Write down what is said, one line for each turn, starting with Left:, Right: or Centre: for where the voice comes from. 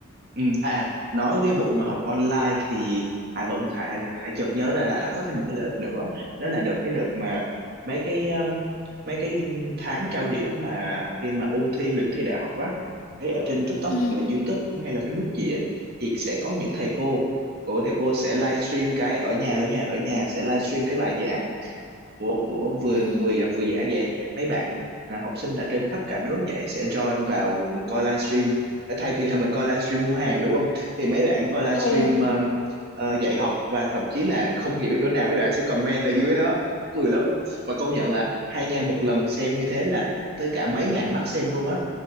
Right: Ừ, à, à, nói cái vụ mà học online thì Hải vẫn Hải Hải, Hải chợt nhớ ra là là có thêm một cái lợi ích nữa đó là được cái đợt mà mấy cái um, mấy cái tháng cao điểm mà khi mà ôn thi luyện thi đại học á thấy ở trên TikTok
Left: ừ
Right: hoặc là YouTube hay là Facebook gì á thì sẽ có những thầy cô của thầy cô sẽ livestream cái ở nhà ở nhà ở nhà sẽ livestream cái bài giảng của của vừa
Left: ừ
Right: vừa đọc vừa giảng vậy mấy bạn à, học sinh là trên khắp cả nước vậy sẽ join vào coi livestream Ờ, thay vì là mình coi livestream mua hàng đúng không thì mấy bạn coi livestream
Left: ừ
Right: um, ờ, dạy học và thậm chí là không hiểu chỗ nào mấy bạn sẽ comment ở dưới đó cười lắm mà công nhận là hai nha một lần xem như thế là tới cả mấy ngàn mắt xem luôn á